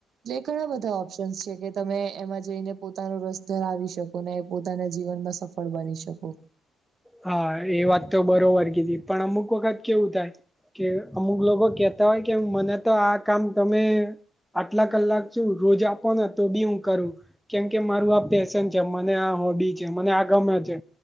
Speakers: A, on the right; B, in the centre.
A: એ ઘણા બધા ઓપ્શન્સ છે, કે તમે એમાં જઈને પોતાનો રસ ધરાવી શકો ને પોતાના જીવનમાં સફળ બની શકો
B: હા એ વાત તો બરોબર કીધી પણ અમુક વખત કેવું થાય. કે અમુક લોકો કેતા હોય કે મને તો આ કામ તમે આટલા કલાક શુ રોજ આપો ને તો બી હુ કરુ કેમકે મારું આ પેશન છે મને આ હોબી છે મને આ ગમે છે,